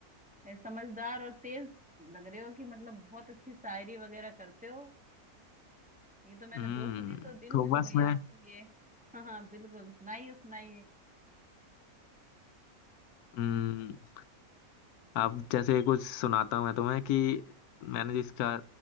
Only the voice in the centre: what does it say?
ए, समझदार और तेज लग रहे हो कि मतलब बहुत अच्छी शायरी वगैरह करते हो ये तो मैंने
दो सुनी तो दिल
छू
गई
आपकी ये हाँ हाँ बिल्कुल सुनाइए सुनाइए